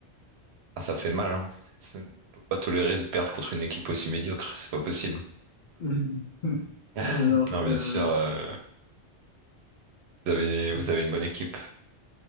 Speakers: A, on the right; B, on the left.
A: Ah, ça fait mal, hein. C'est- On peut pas tolérer de perdre contre une équipe aussi médiocre, c'est pas possible. <gasps>
B: <laughs>
A: <laughs>
B: Alors,
A: Non,
B: euh,
A: bien sûr. euh, Vous avez, vous avez une bonne équipe.